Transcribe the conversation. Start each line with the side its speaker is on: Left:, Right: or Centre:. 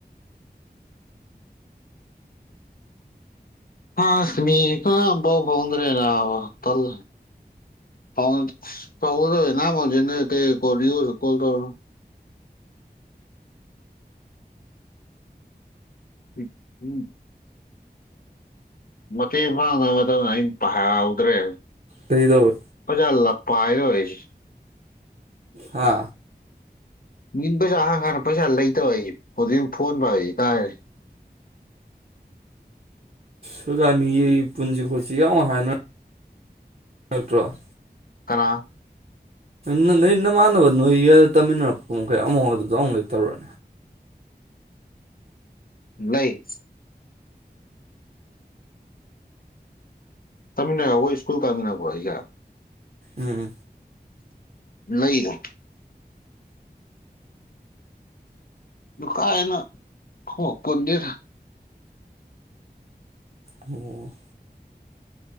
Left: ꯑꯥꯁ ꯃꯤ ꯇꯔꯥ ꯐꯥꯎ ꯐꯪꯗꯔꯦ ꯅꯥꯕ ꯇꯜꯂꯦ ꯍꯥꯎ ꯑꯁ ꯇꯥꯎꯒꯗꯧꯁꯦ ꯅꯥꯕ ꯍꯧꯖꯤꯛ ꯅꯣꯢ ꯀꯩ ꯀꯣꯗꯤꯑꯣꯗꯣ ꯀꯣꯜ ꯇꯧꯔꯣ ꯏ ꯎꯝ ꯃꯇꯦꯛ ꯄꯥꯡꯅꯕ ꯃꯇꯝꯗ ꯑꯩꯅ ꯄꯥꯍꯧꯗ꯭ꯔꯦ
Right: ꯀꯔꯤ ꯇꯧꯋꯦ
Left: ꯄꯩꯁꯥ ꯂ ꯄꯥꯢꯔꯣꯢ ꯑꯩꯁ
Right: ꯍꯥ
Left: ꯃꯤꯟ ꯄꯩꯁꯥ ꯍꯥꯡ ꯀꯥꯟꯅ ꯄꯩꯁꯥ ꯂꯩꯇꯕ ꯑꯩ ꯍꯧꯖꯤꯛ ꯐꯣꯟꯕꯧ ꯑꯩ ꯕꯩ ꯇꯥꯔꯦ
Right: ꯁꯨꯗꯥ ꯃꯤꯒꯤ ꯄꯨꯟꯁꯤ ꯈꯣꯠꯁꯤ ꯌꯥꯝ ꯍꯥꯏꯅ ꯅꯠꯇ꯭ꯔꯣ
Left: ꯀꯅꯥ
Right: ꯅꯣ ꯅꯣꯏ ꯅꯃꯥꯟꯅꯕ ꯅꯣꯏ ꯌ ꯇꯝꯃꯤꯟꯅꯔꯛꯄ ꯃꯈꯩ ꯑꯃꯐꯥꯎ ꯑꯃꯕꯧ ꯂꯩꯇꯕꯔꯥ
Left: ꯂꯩ ꯇꯝꯃꯤꯅꯕ ꯈꯣꯢ ꯏꯁ꯭ꯀꯨꯜ ꯀꯥꯃꯤꯟꯅꯕꯔꯣ ꯑꯩꯒ
Right: ꯎꯝ
Left: ꯂꯩꯗ ꯅ ꯀꯥꯏꯅꯣ ꯍꯣꯢ ꯄꯨꯟꯗꯦꯗ
Right: ꯑꯣ